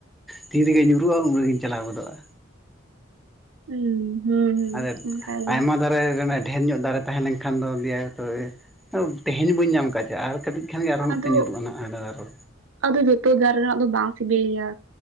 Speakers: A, in the centre; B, on the right.
A: ᱛᱤ ᱨᱮᱜᱮ ᱧᱩᱨᱩᱜᱼᱟ ᱩᱱ ᱨᱮᱜᱤᱧ ᱪᱟᱞᱟᱣ ᱜᱚᱫᱚᱜᱼᱟ᱾
B: ᱦᱩᱸ ᱦᱩᱸ ᱦᱩᱸ
A: ᱟᱫᱚ
B: ᱚᱱᱠᱟᱜᱮ
A: ᱟᱭᱢᱟ ᱫᱟᱨᱮ ᱮᱱᱮ ᱰᱷᱮᱨ ᱧᱚᱜ ᱫᱟᱨᱮ ᱛᱟᱦᱮᱸ ᱞᱮᱱᱠᱷᱟᱱ ᱫᱚ ᱞᱟ. ᱭᱟᱭ ᱛᱚᱵᱮ ᱛᱮᱦᱮᱧ ᱵᱟᱹᱧ ᱧᱟᱢ ᱟᱠᱟᱫ ᱪᱮᱫ ᱟᱨ ᱠᱟᱹᱴᱤᱡ, ᱮᱱᱠᱷᱟᱱ ᱜᱮ ᱟᱨᱦᱚ ᱢᱤᱫᱴᱟᱝ
B: ᱟᱫᱚ
A: ᱧᱩᱨᱩᱜᱼᱟ ᱱᱟ ᱦᱟᱸᱰᱮ ᱟᱨᱚ᱾
B: ᱟᱫᱚ ᱡᱚᱛᱚ ᱫᱟᱨ ᱨᱮᱱᱟᱜ ᱫᱚ ᱵᱟᱝ ᱥᱤᱵᱤᱞ ᱜᱮᱭᱟ᱾